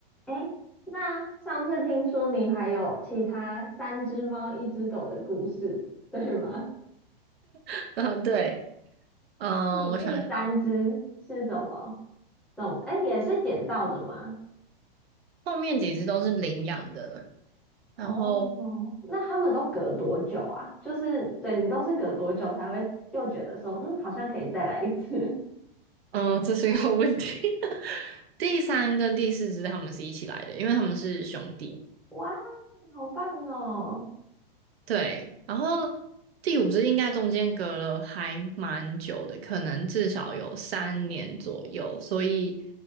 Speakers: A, in the centre; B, on the right.
A: 诶，那上次听说你还有其他三只猫、一只狗的故事，对吗？
B: <laughs> 嗯，对，嗯，
A: <laughs> 你第三只是什么？
B: 我想一下
A: 怎么？诶，也是捡到的吗？
B: 后面几只都是领养的，然后，
A: 哦，那他们都隔多久啊？就是对你都是隔多久才会又觉得说，嗯，好像可以再来一次？
B: 嗯，这是一个问题。<laughs> 第三跟第四只它们是一起来的，因为它们是兄弟。
A: <laughs> 哇，好棒哦！
B: 对，然后第五只应该中间隔了还蛮久的，可能至少有三年左右，所以